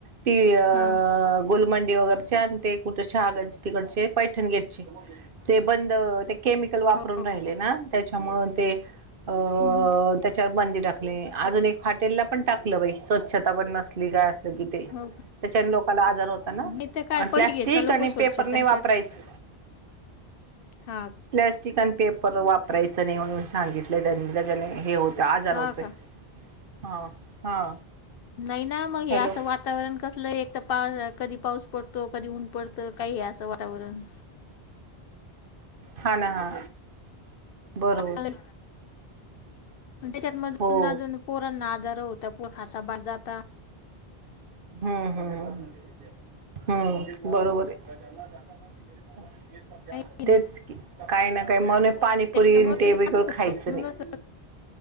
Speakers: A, on the right (about 60°); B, on the left (about 65°).
A: टी अ
B: हा
A: गुोलमंडी वगैरेचे आणि ते कुठे शहागालचे तिकडचे पैठण गेटचे, ते बंद केमिकल वापरून
B: हो
A: राहिले
B: का
A: ना त्याच्यामुळे ते अ..
B: हम्म
A: त्याच्यावर बंदी टाक अजून एक हॉटेल ला पण टाकलं बाई स्वच्छता पण नसली काय कि ते त्याच्याने
B: हो का
A: लोकाला आजार होता ना
B: नाही तर काय
A: आणि
B: पैसे
A: प्लॅस्टिक
B: घेता लोक
A: आणि
B: स्वच्छता
A: पेपर नाही वापरायच
B: करत
A: च..
B: हा
A: प्लॅस्टिक आणि पेपर वापरायचं नाही म्हणून सांगितलं त्यांनी त्याच्याने हे होत ते आजार
B: हा
A: होतोय
B: का
A: हा हा
B: नाही ना मग हे
A: हॅलो
B: असं वातावरण कसलं एक तर पा कधी पाऊस पडतो कधी ऊन पडतं काही आहे असं वातावरण
A: हा ना हा बरोबर
B: आलंय. त्याच्यात मजूननादून
A: हो
B: पोरना आजर होता पो खता भर जाता.
A: हम्म.. हम.. हम्म बरोबर आहे.
B: आहे की नाही?
A: तेच की काही ना काही मने पाणीपुरी
B: त्याच्यामुळं
A: आणि ते
B: तर
A: वेगळं खायचं
B: म्हणूनच
A: नाही.